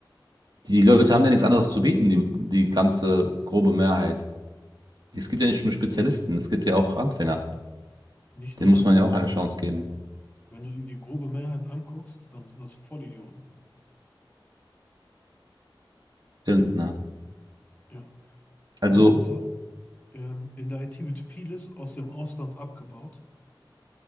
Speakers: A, on the right (about 55°); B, on the left (about 20°).
A: Die Leute haben ja nichts anderes zu bieten, die, die ganze grobe Mehrheit. Es gibt ja nicht nur Spezialisten, es gibt ja auch Anfänger.
B: Nicht nur
A: Denen
B: das.
A: muss man ja auch eine Chance geben.
B: Wenn du dir die grobe Mehrheit anguckst, dann sind das Vollidioten.
A: Stimmt, ne?
B: Ja.
A: Also,
B: Die Sache ist auch, ähm, in der IT wird vieles aus dem Ausland abgebaut,